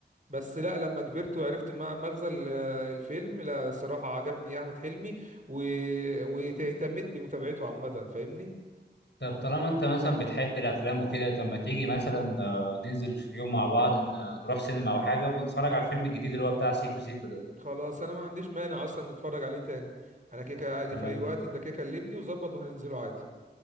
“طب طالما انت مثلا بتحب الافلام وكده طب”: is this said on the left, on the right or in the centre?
Left